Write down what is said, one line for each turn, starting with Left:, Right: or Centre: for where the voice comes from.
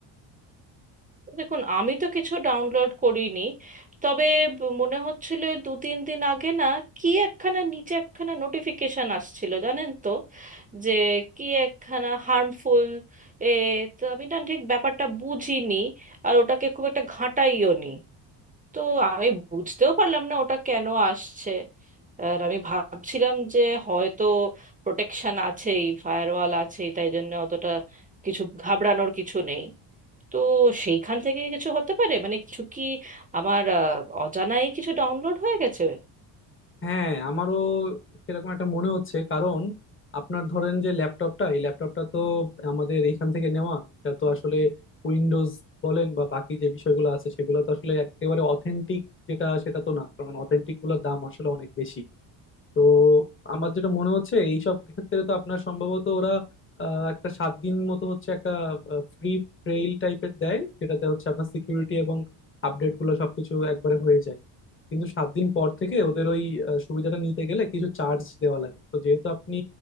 Right: দেখুন আমি তো কিছু ডাউনলোড করিনি তবে ব- মনে হচ্ছিল এই দু তিন দিন আগে না কি একখানা নিচে একখানা নোটিফিকেশন আসছিল জানেন তো যে কি একখানা হার্মফুল এ তো আমি না ঠিক ব্যাপারটা বুঝিনি আর ওটাকে খুব একটা ঘাঁটাইও নি তো আমি বুঝতেও পারলাম না ওটা কেন আসছে আর আমি ভাবছিলাম যে হয়তো প্রোটেকশন আছেই ফায়ারওয়াল আছেই তাই জন্য অতটা কিছু ঘাবড়ানোর কিছু নেই তো সেইখান থেকে কিছু হতে পারে মানে কিছু কি আমার আহ, অজানাই কিছু ডাউনলোড হয়ে গেছে
Left: হ্যাঁ আমারও সেরকম একটা মনে হচ্ছে কারণ আপনার ধরেন যে ল্যাপটপটা এই ল্যাপটপটা তো আমাদের এইখান থেকে নেওয়া এটা তো আসলে উইন্ডোজ বলেন বা বাকি যে বিষয়গুলো আছে সেগুলো তো আসলে একেবারে অথেন্টিক যেটা সেটা তো না কারণ অথেন্টিক গুলোর দাম আসলে অনেক বেশি তো আমার যেটা মনে হচ্ছে এইসব ক্ষেত্রে তো আপনার সম্ভবত ওরা আহ, একটা সাত দিন মতো হচ্ছে একটা ফ্রি ট্রেইল টাইপের দেয় যেটাতে হচ্ছে আপনার সিকিউরিটি এবং আপডেট গুলো সবকিছু একবারে হয়ে যায় কিন্তু সাত দিন পর থেকে ওদের ওই আহ, সুবিধাটা নিতে গেলে কিছু চার্জ দেওয়া লাগে তো যেহেতু আপনি